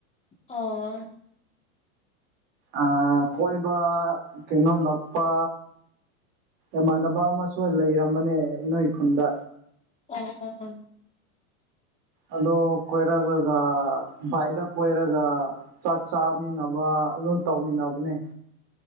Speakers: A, on the left; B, on the right.
A: ꯑꯣ
B: ꯑ ꯀꯣꯏꯕ ꯀꯩꯅꯣ ꯂꯥꯛꯄ ꯏꯃꯥꯟꯅꯕ ꯑꯃꯁꯨ ꯂꯩꯔꯝꯕꯅꯦ ꯅꯣꯏ ꯈꯨꯟꯗ
A: ꯑꯣ ꯑꯣ ꯑꯣ
B: ꯑꯗꯣ ꯀꯣꯏꯔꯛꯑꯒ ꯕꯥꯢꯗ ꯀꯣꯢꯔꯒ ꯆꯥꯛ ꯆꯥꯃꯤꯟꯅꯕ ꯑꯗꯨꯝ ꯇꯧꯃꯤꯟꯅꯕꯅꯦ